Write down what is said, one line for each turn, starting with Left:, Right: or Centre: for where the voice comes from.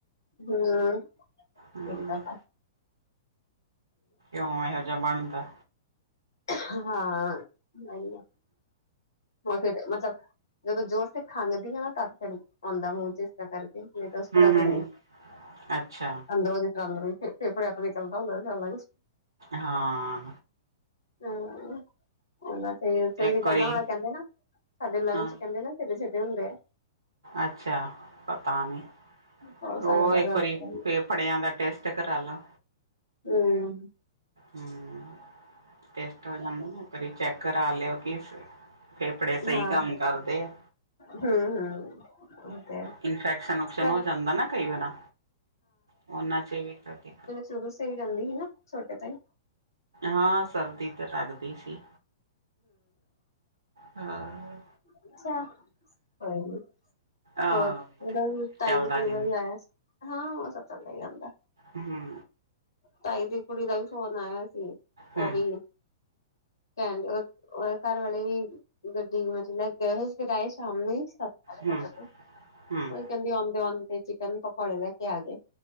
Left: ਹੂੰ
Right: ਹੂੰ
Left: ਇਦਾ ਕਰ
Right: ਇਹੋ ਜਾ ਬਣਦਾ
Left: ਹਾਂ ਸਹੀ ਹੈ ਉਹ ਫਿਰ ਮਤਲਬ ਜਦੋਂ ਜੋਰ ਤੇ ਖੰਘਦੀ ਆ ਨਾ ਤਾਂ ਫਿਰ ਆਉਂਦਾ ਮੂੰਹ ਚਚ ਇਸ ਤਰ ਕਰਕੇ
Right: ਹੂੰ।
Left: ਤ੍ਹਾਂ ਤੇ ਨਹੀਂ
Right: ਅੱਛਾ
Left: ਅੰਦਰੋਂ ਚੱਲਹੀ ਫ ਫੇਪੜਿਆ ਤੇ ਨਿਕਲਦਾ ਹੁੰਦਾ ਚੱਲ
Right: ਹਾਂ
Left: ਰੇਸ਼ਾ
Right: ਇੱਕ
Left: ਨਿਕਲਦਾ
Right: ਵਾਰੀ
Left: ਹੁਣ ਕਹਿੰਦੇ ਨਾ ਸਾਡੇ ਲੰਗ
Right: ਹਾਂ
Left: ਚ ਕਹਿੰਦੇ ਨਾ ਛਿੇ ਛਿੇ ਹੁੰਦੇ ਆ
Right: ਅੱਛਾ ਪਤਾ ਨੀ
Left: ਹੋ
Right: ਉਹ
Left: ਸਕਦਾ
Right: ਇੱਕ
Left: ਹੂੰ
Right: ਵਾਰੀ ਫ ਫੇਫੜਿਆਂ ਦਾ ਟੇਸਟ ਕਰਾ ਲਓ
Left: ਹਮ
Right: ਹਾਂ ਟੈੱਸਟ ਹੋ ਜਾਂਦਾਾ ਨਾ ਇਕ ਵਾਰ ਚੈੱਕ ਕਰਾ ਲਿਓ ਕਿ ਫੇਫੜੇ ਸਹੀ
Left: ਹਾਂ
Right: ਕੰਮ ਕਰਦੇ ਆ
Left: ਹੂੰ ਹੂੰ ਉਹ ਤੇ
Right: ਇਨਫੈਕਸ਼ਨ ਉਕਸ਼ਨ
Left: ਸਰ
Right: ਹੋ ਜਾਂਦਾ ਨਾ ਕਈ ਵਾਰ ਉਹਨਾਂ ਚ ਵੀ ਕਰਦੀ
Left: ਜਦੋਂ ਸਹੀ ਰਹਿੰਦੀ ਸੀ ਨਾ ਛੋਟੇ ਤੋਂ ਹੀ
Right: ਹਾਂ ਸਰਦੀ ਤੇ ਲੱਗਦੀ ਸੀ ਹਾਂ
Left: ਅੱਛ
Right: ਆਹ
Left: ਹੋਰ ਉਹਦਾ ਵੀ ਤਾਈ
Right: ਚੱਲਦਾ
Left: ਦੀ ਕੁੜੀ
Right: ਰਹਿੰਦਾ
Left: ਦਾ ਵੀ ਆਇਆ ਸੀ ਹਾਂ ਸ ਪ ਜਾਂਦਾ
Right: ਹਮ
Left: ਤਾਈ ਦੀ ਕੁੜੀ ਦਾ ਵੀ ਫੋਨ ਆਇਆ ਸੀ ਉਹ
Right: ਹਮ
Left: ਵੀ ਕ ਘਰ ਵਾਲੇ ਵੀ ਗੱਡੀ ਮਤਲਬ ਗਏ ਹੋਏ ਫਿਰ ਆਏ ਸ਼ਾਮ ਨੂੰ ਹੀ
Right: ਹਮ
Left: ਉ
Right: ਹਮ
Left: ਕਹਿੰਦੀ ਆਉਂਦੇ ਆਉਂਦੇ ਚਿਕਨ ਪਕੌੜੇ ਲੈ ਕੇ ਆ ਗਏ